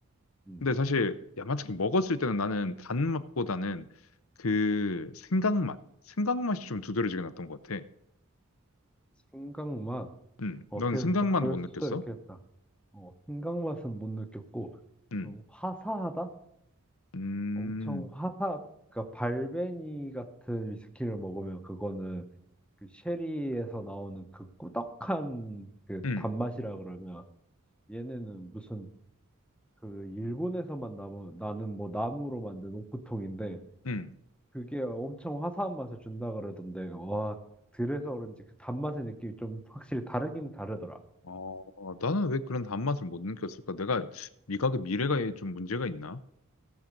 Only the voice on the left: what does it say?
근데 사실 야마자키 먹었을 때는 나는 단맛보다는 그 생강맛, 생강맛이 좀 두드러지게 났던 것 같아.
음,
넌 생강맛
못 느꼈어?
음,
음,
음,
음.
어, 나는 왜 그런 단맛을 못 느꼈을까? 내가 미각의 미래가에 좀 문제가 있나?